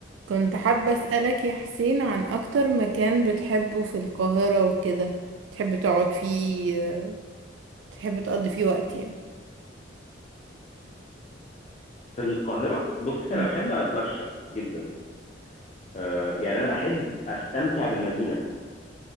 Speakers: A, on the right; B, on the left.
A: كنت حابة أسألك يا حسين عن أكتر مكان بتحبه في القاهرة وكده تحب تقعد فيه آه، تحب تقضي فيه وقت يعني
B: في القاهرة بص
A: مم.
B: أنا بحب أتمشى جدا آه، يعني أنا بحب أستمتع بالمدينة